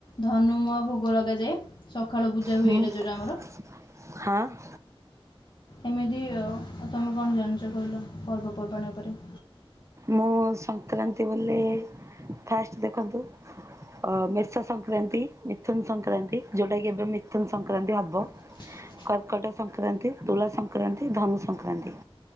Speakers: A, on the left; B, on the right.
A: ଧନୁ ମୁଆଁ ଭୋଗ ଲଗାଯାଏ, ସକାଳୁ ପୂଜା
B: ହଁ
A: ହୁଏ ଏଇଟା ଯୋଉଟା ଆମର।
B: ହଁ।
A: ଏମିତି ତୁମେ କଣ ଜାଣିଛ କହିଲ ପର୍ବପର୍ବାଣି ଉପରେ?
B: ମୁଁ ସଂକ୍ରାନ୍ତି ବୋଲି ଫାଷ୍ଟ ଦେଖନ୍ତୁ ଅ ମେଷା ସଂକ୍ରାନ୍ତି ମିଥୁନ ସଂକ୍ରାନ୍ତି ଯୋଉଟା କି ଏବେ ମିଥୁନ ସଂକ୍ରାନ୍ତି ହବ।
A: <unintelligible>
B: କର୍କଟ ସଂକ୍ରାନ୍ତି ସଂକ୍ରାନ୍ତି ତୁଳା ସଂକ୍ରାନ୍ତି ଧନୁ ସଂକ୍ରାନ୍ତି